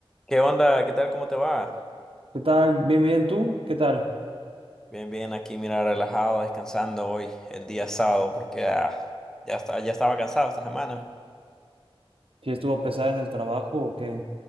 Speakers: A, in the centre; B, on the right.
A: ¿Qué onda? ¿Qué tal? ¿Cómo te va?
B: ¿Qué tal? Bien, bien, ¿tú? ¿Qué tal?
A: Bien, bien, aquí mira, relajado, descansando hoy, el día sábado, porque ah, ya está, ya estaba cansado esta semana.
B: ¿Si estuvo pesada en el trabajo o qué?